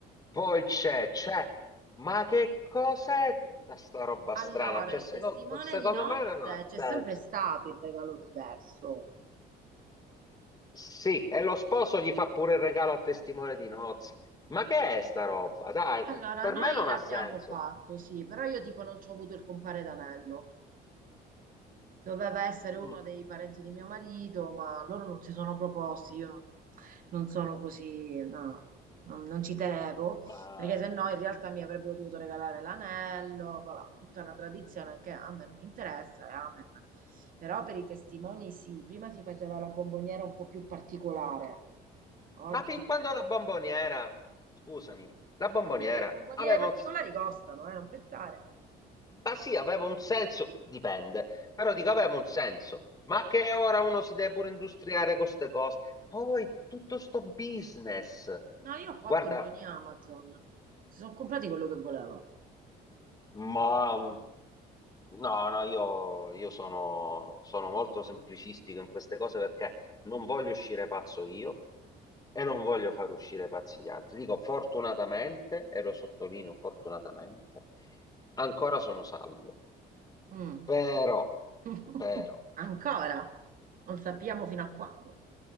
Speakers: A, on the left (about 25°); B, on the right (about 55°).
A: Poi c'è, c'è, ma che cos'è tutta sta roba
B: Allora,
A: strana? Cioè,
B: il
A: secondo,
B: testimone
A: secondo
B: di nozze
A: me non ha
B: c'è
A: senso.
B: sempre stato il regalo diverso.
A: Sì, e lo sposo gli fa pure il regalo a testimone di nozze. Ma che è sta roba? Dai,
B: Allora,
A: per
B: noi
A: me non
B: l'abbiamo
A: ha senso.
B: fatto, sì, però io tipo non ci ho avuto il compare d'anello. Doveva essere uno
A: Mm.
B: dei parenti di mio marito, ma loro non si sono proposti. Io non, non sono così, no, non, non ci tenevo,
A: Ma...
B: perché se no in realtà mi avrebbero dovuto regalare l'anello, vabbè, tutta una tradizione che a me non interessa, e amen. Però per i testimoni sì, prima si faceva la bomboniera un po' più particolare. Oggi,
A: ma fin quando la bomboniera, scusami, la bomboniera
B: Ah, vedi che le bomboniere
A: aveva
B: particolari
A: un... s-
B: costano, eh, non pensare.
A: Ma sì, aveva un senso, dipende, però dico aveva un senso. Ma che ora uno si deve pure industriare con queste cose? Poi tutto sto business.
B: No, io ho fatto
A: Guarda,
B: buoni Amazon, si sono comprati quello che volevano.
A: Ma no, no, io, io sono, sono molto semplicistico in queste cose perché non voglio uscire pazzo io e non voglio far uscire pazzi gli altri. Dico fortunatamente, e lo sottolineo fortunatamente, ancora sono salvo.
B: Mm.
A: Però,
B: <laughs>
A: però.
B: Ancora, non sappiamo fino a quando.